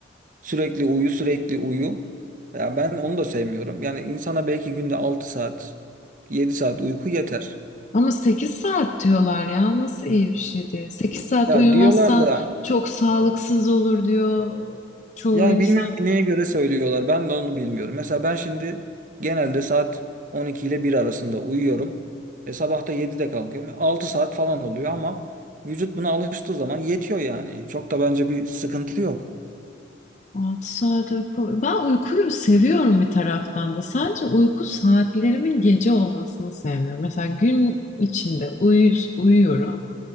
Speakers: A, on the right; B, on the left.
A: sürekli uyu sürekli uyu. Ya ben onu da sevmiyorum. Yani insana belki günde 6 saat 7 saat uyku yeter.
B: Ama 8 saat diyorlar ya nasıl iyi bir şey değil. 8 saat
A: Ya
B: uyumazsan
A: diyorlar da
B: çok sağlıksız olur diyor çoğu
A: ya
B: insan.
A: bilmiyorum ki neye göre söylüyorlar. Ben de onu bilmiyorum. Mesela ben şimdi genelde saat 12 ile bir arasında uyuyorum. E sabah da 7'de kalkıyorum. E, 6 saat falan oluyor ama vücut buna alıştığı zaman yetiyor yani. Çok da bence bir sıkıntı yok.
B: altı saat uyku. Ben uykuyu seviyorum bir taraftan da. Sadece uyku saatlerimin gece olmasını sevmiyorum. Mesela gün içinde uyu uyuyorum.